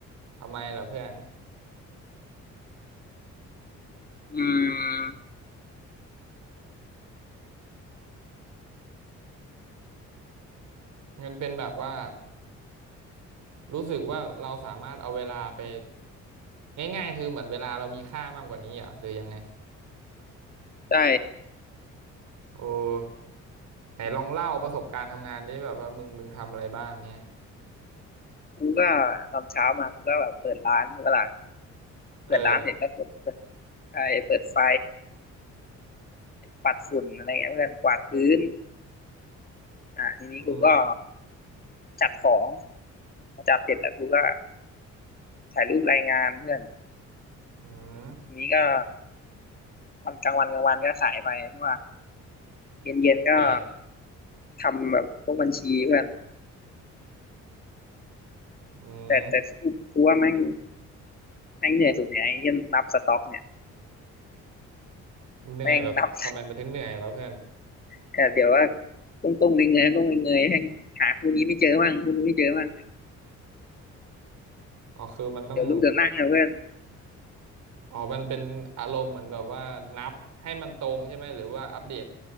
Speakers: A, on the right (about 75°); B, on the left (about 30°).
A: ทำไมล่ะเพื่อน
B: อืม
A: มันเป็นแบบว่ารู้สึกว่าเราสามารถเอาเวลาไปง่ายๆคือเหมือนเวลาเรามีค่ามากกว่านี้เหรอหรือยังไง
B: ใช่
A: โอ้ ไหนลองเล่าประสบการณ์ทำงานดิแบบว่ามึงมึงทำอะไรบ้างเงี้ย
B: กูก็ตอนเช้ามาก็แบบเปิดร้านใช่ปะล่ะเปิดร้านเสร็จก็เปิดเปิด
A: เออ
B: ไฟเปิดไฟปัดฝุ่นอะไรเงี้ยเพื่อนกวาดพื้นอ่ะทีนี้กูก็
A: อืม
B: จัดของพอจัดเสร็จแล้วกูก็ถ่ายรูปรายงานเพื่อน
A: อืม
B: ทีนี้ก็วันกลางวันกลางวันก็ขายไปใช่ป่ะเย็นเย็นก็
A: ใช่
B: ทำแบบพวกบัญชีเพื่อน
A: อืม
B: แต่แต่ที่กูกูว่าแม่งแม่งเหนื่อยสุดเนี่ยไอ้เหี้ยนับสต็อกเนี่ย
A: เหนื่อยแบบทำไมมันถึงเหนื่อยวะเพื่อน
B: แม่งนับเออเดี๋ยวว่าก้มก้มเงยเงยๆก้มเงยเงยๆแม่งหาคู่นี้ไม่เจอบ้างคู่นี้ไม่เจอบ้าง
A: อ๋อคือมันต้อง
B: เดี๋ยวลุกเดี๋ยวนั่งนะเพื่อน
A: อ๋อมันเป็นอารมณ์เหมือนแบบว่านับให้มันตรงใช่ไหมหรือว่าอัปเดต